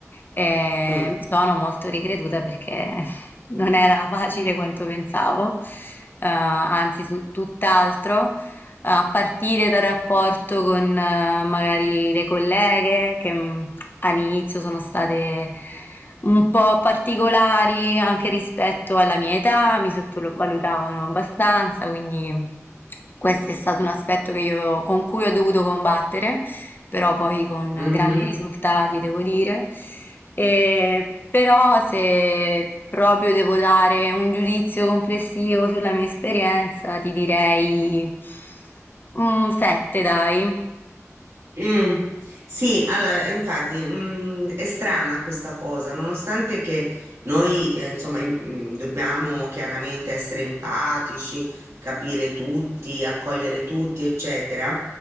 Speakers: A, on the left (about 40°); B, on the right (about 65°).
A: e
B: Mm,
A: mi sono molto ricreduta perché <laughs> non era facile quanto pensavo, eh, anzi su- tutt'altro a partire dal rapporto con eh, magari le colleghe che mh, all'inizio sono state un po' particolari anche rispetto alla mia età, mi sottovalutavano abbastanza, quindi questo è stato un aspetto che io- con cui ho dovuto combattere però poi con
B: mhm.
A: grandi risultati devo dire. E, però se proprio devo dare un giudizio complessivo sulla mia esperienza, ti direi un 7, dai. Mm,
B: Mm, sì, allora, infatti, mm, è strana questa cosa, nonostante che noi, eh, insomma, im- mm, dobbiamo chiaramente essere empatici, capire tutti, accogliere tutti, eccetera.